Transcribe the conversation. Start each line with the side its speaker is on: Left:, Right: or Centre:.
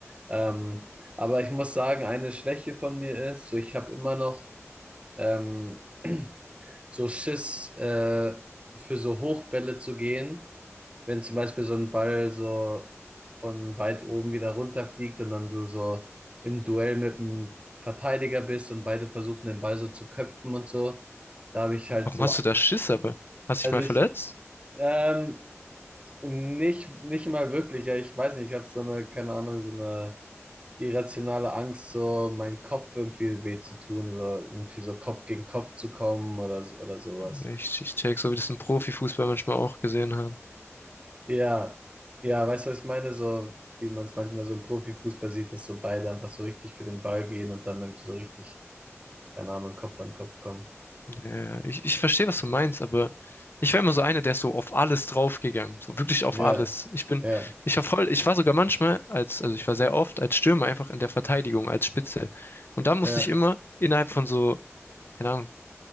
Right: Ähm, aber ich muss sagen, eine Schwäche von mir ist, so ich habe immer noch ähm, <clears throat> so Schiss, äh, für so Hochbälle zu gehen, wenn zum Beispiel so ein Ball so von weit oben wieder runterfliegt und dann du so im Duell mit einem Verteidiger bist und beide versuchen den Ball so zu köpfen und so, da habe ich halt
Left: Warum
Right: so,
Left: hast du da Schiss aber? Hast
Right: also
Left: dich mal
Right: ich,
Left: verletzt?
Right: ähm, nicht, nicht mal wirklich, ja, ich weiß nicht, ich habe so eine, keine Ahnung, so eine irrationale Angst, so meinen Kopf irgendwie weh zu tun, so irgendwie so Kopf gegen Kopf zu kommen oder, so- oder sowas.
Left: Ich, ich check, so wie das ein Profifußball manchmal auch gesehen hat.
Right: Ja, ja, weißt du, was ich meine? So, wie man es manchmal so im Profifußball sieht, dass so beide einfach so richtig für den Ball gehen und dann irgendwie so richtig, keine Ahnung, Kopf an Kopf kommen.
Left: Ja, ich, ich verstehe, was du meinst, aber ich war immer so einer, der ist so auf alles draufgegangen, so wirklich auf
Right: Ja,
Left: alles. Ich bin,
Right: ja,
Left: ich war voll, ich war sogar manchmal als, also ich war sehr oft als Stürmer einfach in der Verteidigung, als Spitze. Und da musste
Right: ja,
Left: ich immer innerhalb von so, keine Ahnung,